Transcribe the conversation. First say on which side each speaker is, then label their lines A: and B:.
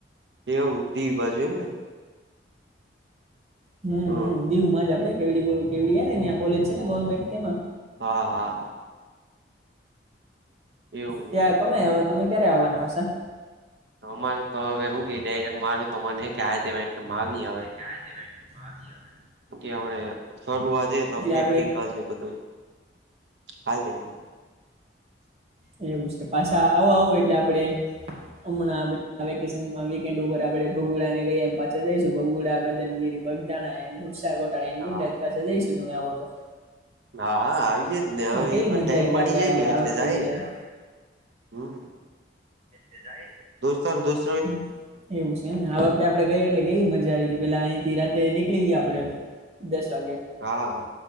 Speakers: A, on the right; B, on the right.
A: એવું દીવ બાજુ એમ ને.
B: હમ્મ
A: હ હા
B: હમ્મ દીવમાં જ આપણે. કેવડી કેવડીને ઇયા કોલેજ છે ને ગવર્મેન્ટ તેમાં.
A: હાં હાં હા. એવું
B: ત્યાં
A: છે
B: તમે હવે તમે ક્યારે આવાના પાસા.
A: અમારું તો હવે હું કે ડાયરેક્ટ મારું તો મને કે હાથે તેમાં આવી એ હવે
B: જાજી <unintelligible> બહારથી આવે.
A: કે હમણે શરૂઆત એ તો પ્રેક્ટિકલ
B: આપડે
A: એ બધું હાલે.
B: હ એવું છે પાછા આવો આવો એટલે આપણે હમણાં વેકેશન વીકએન્ડ ઉપર આપણે ભગોડાને ગઈ એમ પાછા જઈશું ભગોડા કદમીરી બગદાણા હેન ઉસા કોટાળા હેન
A: હા
B: <unintelligible> પાસે જઈશું તમે આવો તો.
A: હા હા આવીયે જ ને હવે
B: કેવી
A: એકવાર
B: મજા
A: ટાઈમ
B: આવી હતી
A: મળી
B: આપડે
A: જાય
B: આગે
A: ને
B: આ
A: એટલે
B: વખતે
A: જાઈએ
B: ગયા
A: હમ્મ.
B: તે જાય
A: દોસ્તાર દોસ્ત
B: હમ્મ એવું છે. એમ ને આ વખતે આપણે ગઈ એટલે કેવી મજા આવીતી પેલા અહીંથી રાત્ર નીકળી ગ્યા આપણે દસ વાગે.
A: હા